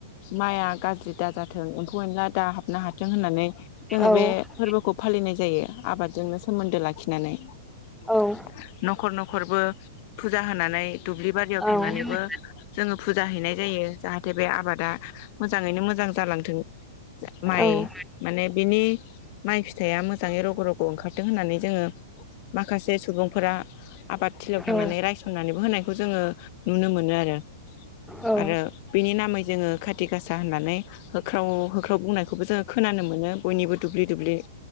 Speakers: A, on the left; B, in the centre.
A: मा हाया गाज्रि दा जाथों एम्फौ एनला दा हाबनो हाथों होननानै जोङो
B: औ
A: बे फोरबोखौ फालिनाय जायो आबादजोंनो सोमोन्दो लाखिनानै <unintelligible>
B: औ
A: न'खर नख खरबो फुजा होनानै दुब्लि बारियाव थांनानैबो
B: औ
A: जोङो फुजा हैनाय जायो जाहाथे बे आबादा मोजाङैनो मोजां जालांथों माइ
B: औ
A: माने बिनि माइ फिथाइया मोजाङै रग' रग' ओंखारथों होननानै जोङो माखासे सुबुंफोरा आबाद थिलियाव थांनानै
B: औ
A: रायसननानैबो होनायखौ जोङो नुनो मोनो आरो
B: औ
A: आरो बिनि नामै जोङो खाथि गासा होननानै होख्राव होख्राव बुंनायखौबो जोङो खोनानो मोनो बयनिबो दुब्लि दुब्लि